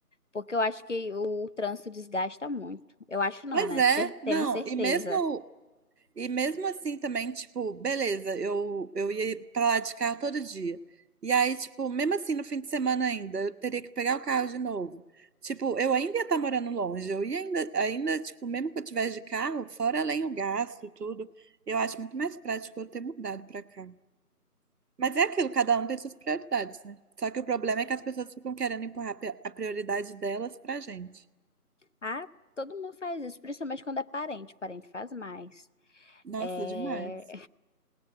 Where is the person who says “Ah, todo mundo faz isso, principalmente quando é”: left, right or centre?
Left